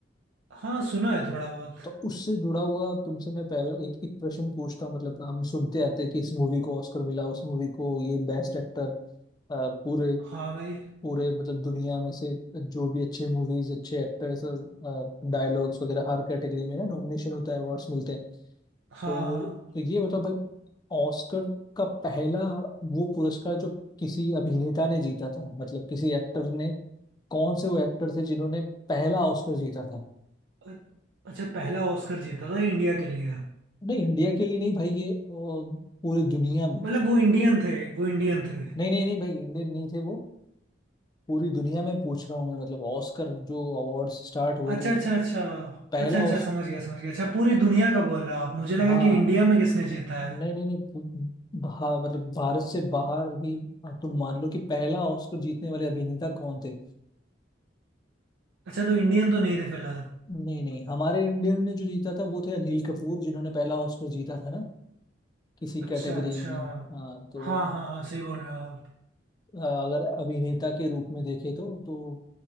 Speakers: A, on the right (about 75°); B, on the left (about 20°).
A: हाँ सुना है थोड़ा बहुत
B: तो उससे जुड़ा हुआ तुमसे मैं पहला एक एक प्रश्न पूछता हूँ मतलब हम सुनते आते हैं कि इस मूवी को ऑस्कर मिला उस मूवी को ये बेस्ट एक्टर अ, पूरे
A: हाँ भाई
B: पूरे मतलब दुनिया में से जो भी अच्छे मूवीज अच्छे एक्टर्स डायलॉग्स वगैरह हर कैटेगरी में ना नॉमिनेशन होता है अवार्ड्स मिलते हैं
A: हाँ
B: तो
A: हाँ
B: तो ये बताओ भाई ऑस्कर का पहला वो पुरस्कार जो किसी अभिनेता ने जीता था मतलब किसी एक्टर ने कौन से वो एक्टर थे जिन्होंने पहला ऑस्कर जीता था
A: अ- अच्छा पहला ऑस्कर जीता था इंडिया के लिए
B: नहीं इंडिया के लिए नहीं भाई ये अ, पूरी दुनिया में
A: मतलब वो इंडियन थे वो इंडियन थे
B: नहीं नहीं नहीं भाई इंडियन नहीं थे वो पूरी दुनिया में पूछ रहा हूँ मैं मतलब ऑस्कर जो अवार्ड स्टार्ट हुए
A: अच्छा
B: तो उन-
A: अच्छा अच्छा
B: पहला
A: अच्छा अच्छा
B: ऑस
A: समझ गया समझ गया अच्छा पूरी दुनिया का बोल रहा आप मुझे लगा
B: हाँ
A: कि इंडिया में किसने जीता
B: नहीं
A: है
B: नहीं नहीं पू- भा, मतलब भारत से बाहर भी अ, तुम मान लो कि पहला ऑस्कर जीतने वाले अभिनेता कौन थे
A: अच्छा तो इंडियन तो नहीं थे फिलहाल
B: नहीं नहीं हमारे इंडियन ने जो जीता था वो थे अनिल कपूर जिन्होंने पहला ऑस्कर जीता था ना किसी
A: अच्छा
B: कैटेगरी
A: अच्छा
B: में हाँ तो
A: हाँ हाँ हाँ सही बोल रहे हो आप
B: अ, अगर अभिनेता के रूप में देखे तो तो